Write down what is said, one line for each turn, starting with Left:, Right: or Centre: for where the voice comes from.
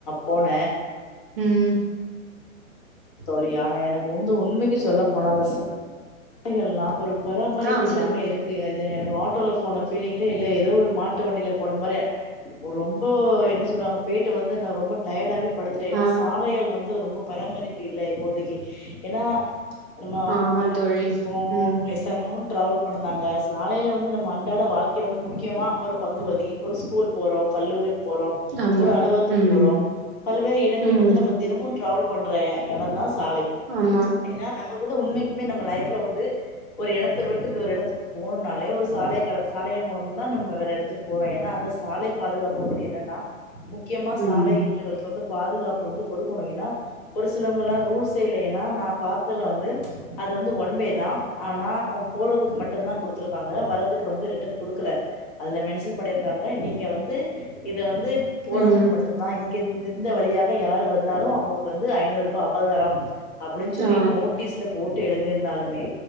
Left: போன
Right: ம்
Left: தோழி ஆனா எனக்கு வந்து உண்மைக்கி சொல்ல போனா அந்த சா லைகல்லா ஒரு பராமரிப்பு
Right: ஆ
Left: இல்லாம
Right: சொல்லு
Left: இருக் கு எனக்கு ஆட்டோல போன ஃபீலிங்லே இல்ல ஏதோ ஒரு மாட்டு வண்டியில போன மாரி ரொம்ப என்ன சொல்லுவாங்க பேட்டு வந்து நா ரொம்ப டயர்டாவே படுத்துட்டே ஏனா
Right: ஆ
Left: சாலைகள் வந்து ரொம்ப பராமரிப்பு இல்ல இப்போதைக்கி ஏனா நம்ம
Right: ஆமா தோழி
Left: இப்போ
Right: ம்
Left: வயசானவு டிராவல் பண்ணுந்தாங்க சாலையில வந்து நம்ம அன் றாட வாழ்க்கையில வந்து முக்கியமா ஒரு பங்குவதகி ஒரு ஸ்கூல் போறோ கல்லூரி போறோ
Right: ஆமா
Left: ஒரு அலுவகத்துக்கு
Right: ம்
Left: போறோ பல்வேறு இடங்களுக்கு
Right: ம்
Left: வந்து நம்ம தினமு ட்ராவல் பண்ற எ எடந்தீ சாலை
Right: ஆமா
Left: ஏன்னா நம்மளுக்கு வந்து உண்மைக்குமே நம்ம லைப் ஃப்ல வந்து ஒரு எடத்த விட்டு இன்னோர் எடத்துக்கு போணுன்னாலே ஒரு சாலை கட சாலைய மூலம்தா நம்ம வேற எடத்துக்கு போறோ ஏன்னா அந்த சாலை பாதுகாப்பு வந்து என்னன்னா முக்கியமா சாலை
Right: ம்
Left: <unintelligible> வந்து பாதுகாப்பு வந்து கொடுக்கணு ஏன்னா ஒரு சிலவங்கல்லா ரூல்ஸே இல்ல ஏன்னா நா பாத்ததுல வந்து அது வந்து ஒ ன் வேதா ஆனா போறதுக்கு மட்டுந்தா குடுத்துருப்பாங்க வர்றதுக்கு வந்து ரிட்டன் குடுக்கல அதுல மென்ஷன் பண்ணிருக்காங்க நீங்க வந்து இத வந்து போறதுக்கு
Right: ம்
Left: மட்டு ந்தா இங்க இந் இந்த வழியாக யாரு வந்தாலு அவங்களுக்கு வந்து ஐநூறுபா அபதாரம் அப்டின் சொல்லி
Right: ஆ
Left: நோட்டீஸ்ல போட்டு எழுதிருந்தாலு மே